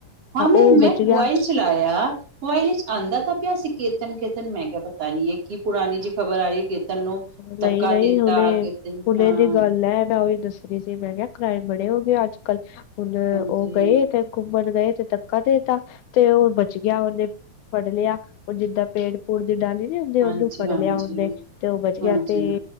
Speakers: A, on the right (about 50°); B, on the left (about 80°).
A: ਹਾਂ ਮੈਂ
B: ਉਹ
A: ਮੈਂ
B: ਬਚ ਗਿਆ
A: ਮੋਬਾਈਲ ਚਲਾਇਆ ਮੋਬਾਈਲ ਵਿੱਚ ਆਂਦਾ ਤਾਂ ਪਿਆ ਸੀ ਕੇਤਨ ਕੇਤਨ, ਮੈਂ ਕਿਹਾ ਪਤਾ ਨੀ ਏ ਕੀ ਪੁਰਾਣੀ ਜੀ ਖਬਰ ਆ ਰਹੀ। ਕੇਤਨ ਨੂੰ
B: ਨਹੀਂ
A: ਧੱਕਾ
B: ਨਹੀਂ
A: ਦੇਤਾ
B: ਹੁਣੇ,
A: ਕੇਤਨ
B: ਹੁਣੇ
A: ਹਾਂ
B: ਦੀ ਗੱਲ ਐ ਮੈਂ ਉਹੀ ਦੱਸ ਦੱਸਣ ਡੀ, <unintelligible> ਮੈਂ ਕਿਹਾ ਕ੍ਰਾਈਮ ਬੜੇ ਹੋ ਗਏ ਅੱਜ ਕੱਲ ਹੁਣ
A: ਹਾਂਜੀ।
B: ਉਹ ਗਏ ਤੇ ਘੁੰਮਣ ਗਏ ਤੇ ਧੱਕਾ ਦੇ ਤਾ ਤੇ ਉਹ ਬਚ ਗਿਆ, ਉਹਨੇ ਫੜ ਲਿਆ ਉਹ ਜਿੱਦਾਂ ਪੇੜ ਪੁੜ ਦੀ ਡਾਲੀ ਨੀ ਹੁੰਦੀ ਉਹਨੂੰ
A: ਹਾਂਜੀ-ਹਾਂਜੀ,
B: ਫੜ ਲਿਆ ਉਹਨੇ ਤੇ ਉਹ ਬਚ
A: ਹਾਂਜੀ।
B: ਗਿਆ ਤੇ